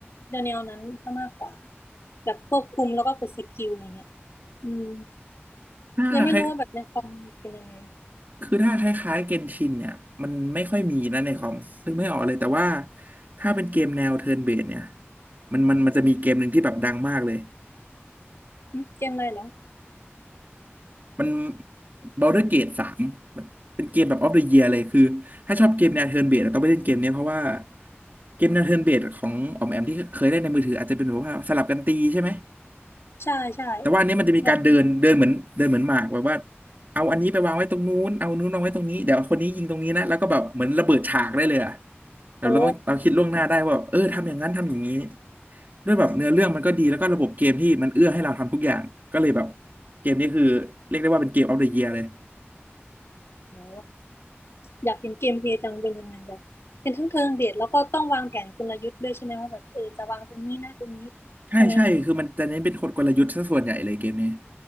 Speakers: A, on the left; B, on the right.
A: แนวๆนั้นซะมากกว่าแบบควบคุมแล้วก็กดสกิลอะไรเงี้ยอืม
B: ถ้าคล้าย
A: เลยไม่รู้ว่าแบบในคอมเป็นยังไง
B: คือถ้าคล้ายๆเกนชินเนี่ยมันไม่ค่อยมีนะในคอมนึกไม่ออกเลยแต่ว่าถ้าเป็นเกมแนวเทิร์นเบสเนี่ยมันมันมันจะมีเกมหนึ่งที่แบบดังมากเลย
A: หึเกมอะไรเหรอ
B: มัน Baldur's Gate สามมันเป็นเกมแบบ of the year เลยคือถ้าชอบเกมแนว turn based ต้องไปเล่นเกมเนี้ยเพราะว่าเกมแนว turn based ของออมแอมที่เคยเล่นในมือถืออาจจะเป็นแบบว่าสลับกันตีใช่ไหม
A: ใช่ใช่
B: แต่ว่าอันนี้มันจะมีการเดินเดินเหมือนเดินเหมือนหมากแบบว่า
A: สำหรับ
B: เอาอันนี้ไปวางไว้ตรงนู้นเอานู้นวางไว้ตรงนี้ เดี๋ยวคนนี้ยิงตรงนี้นะ แล้วก็แบบเหมือนระเบิดฉากได้เลยอะแบบเราต้องเราคิดล่วงหน้าได้ว่าแบบเออทำอย่างนั้นทำอย่างนี้
A: โอ้
B: ด้วยแบบเนื้อเรื่องมันก็ดีแล้วก็ระบบเกมที่มันเอื้อให้เราทำทุกอย่างก็เลยแบบเกมนี้คือเรียกได้ว่าเป็นเกมออฟเดอะเยียร์เลย
A: โอ้อยากเห็นเกมเพลย์จังเป็นยังไงแบบเป็นทั้งเทิงเบียดแล้วก็ต้องวางแผนกลยุทธ์ด้วยใช่ไหมว่าแบบเออจะวางตรงนี้นะตรงนี้ใช่ไหม
B: ใช่ใช่คือมันจะเน้นเป็นกลกลยุทธ์ซะส่วนใหญ่เลยเกมนี้